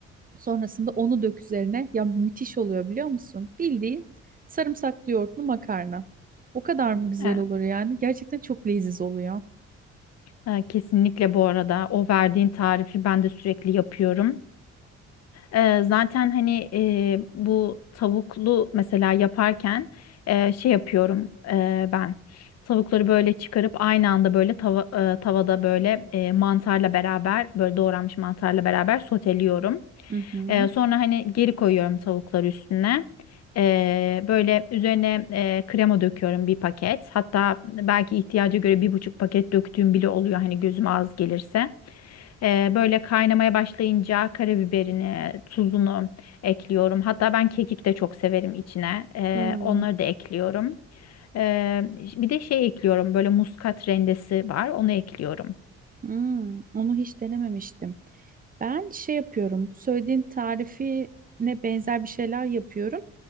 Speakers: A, on the right (about 25°); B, on the left (about 50°).
A: Sonrasında onu dök üzerine. Ya müthiş oluyor biliyor musun? Bildiğin sarımsaklı yoğurtlu makarna. O kadar mı güzel
B: Evet.
A: olur yani? Gerçekten çok leziz oluyor.
B: Ee, Kesinlikle bu arada o verdiğin tarifi ben de sürekli yapıyorum. Ee, zaten hani e, bu tavuklu mesela yaparken e, şey yapıyorum e, ben. Tavukları böyle çıkarıp aynı anda böyle tava- e, tavada böyle e, mantarla beraber böyle doğranmış mantarla beraber soteliyorum.
A: Hı hı.
B: E, sonra hani geri koyuyorum tavukları üstüne. E, böyle üzerine e, krema döküyorum bir paket. Hatta belki ihtiyaca göre bir buçuk paket döktüğüm bile oluyor hani gözüme az gelirse. Ee, böyle kaynamaya başlayınca karabiberini, tuzunu ekliyorum. Hatta ben kekik de çok severim içine. Ee,
A: Hmm.
B: onları da ekliyorum. Ee, bir de şey ekliyorum. Böyle muskat rendesi var. Onu ekliyorum.
A: Hmm, onu hiç denememiştim. Ben şey yapıyorum. Bu söylediğin tarifine benzer bir şeyler yapıyorum.